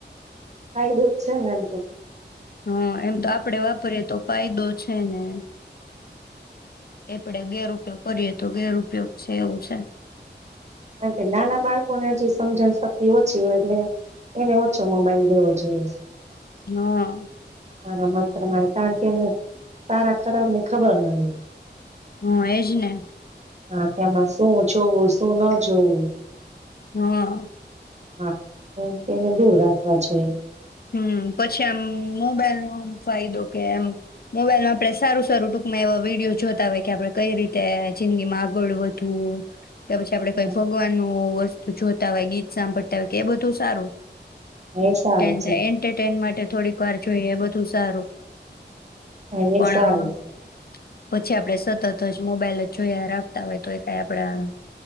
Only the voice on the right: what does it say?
કાયઢું જ છે ને એટલે
કારણ કે નાના બાળકોને હજી સમજણ શક્તિ ઓછી હોય એટલે એને ઓછો મોબાઈલ દેવો જોઈએ.
મારા મતે <unintelligible> કારણ કે એને સારા ખરાબ ની ખબર ન હોય.
હા કેમાં શું છું શું ન જૉ.
હા, એમ કે એને દૂર રાખવા જોએ.
હા
એ સારું.
છે
હા
એ સારું છે.